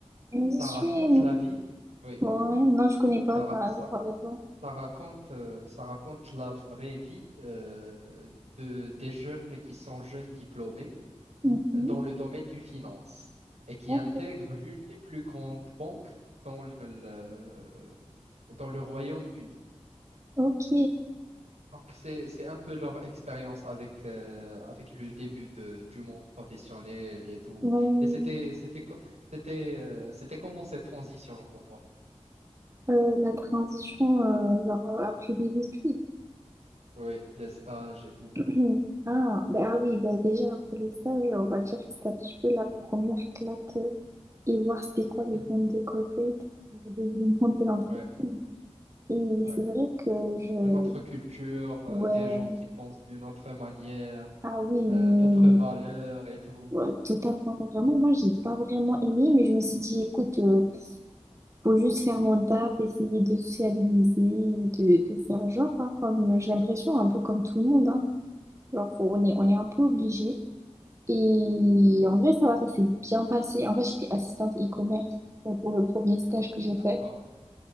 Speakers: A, on the right; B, on the right.
A: je
B: Ça raconte
A: suis...
B: la vie, oui,
A: Ouais, non, je connais pas
B: ça, ra-
A: ça.
B: ça-
A: ça parle de quoi
B: ça raconte, euh, ça raconte la vraie vie euh, de, des jeunes qui sont jeunes diplômés
A: Mhm.
B: dans le domaine du finance et qui
A: D'accord.
B: intègre l'une des plus grandes banques dans le, le- dans le Royaume-Uni.
A: Ok.
B: Donc, c'est, c'est un peu leur expérience avec, euh, avec le début de- du monde professionnel et tout.
A: Bon,
B: Et c'était, c'était, co- c'était, euh, c'était comment cette transition pour toi?
A: euh, la transition, euh, genre, après les études.
B: Oui, les stages et tout.
A: Mhm. Ah, ben ah oui, ben déjà pour les stages, on va dire que c'était un petit peu la première claque euh, et voir c'était
B: <laughs>
A: quoi le
B: Mhm.
A: monde de corporate, euh, le le monde de l'entreprise.
B: Ouais,
A: Et
B: ouais.
A: c'est vrai que je...
B: Une autre culture, euh,
A: Ouais,
B: des gens qui pensent d'une autre manière,
A: ah oui,
B: euh,
A: mais
B: d'autres valeurs et tout.
A: ouais, totalement, vraiment, moi j'ai pas vraiment aimé, mais je me suis dit, écoute, euh, faut juste faire mon taf, essayer de sociabiliser, de, de faire genre, hein, comme j'ai l'impression, un
B: Ouais,
A: peu comme tout le monde, hein. Genre, faut- on est, on est un
B: ouais.
A: peu obligé. Et en vrai, ça va, ça s'est bien passé. En fait, j'étais assistante e-commerce euh, pour le premier stage que j'ai
B: D'accord.
A: fait.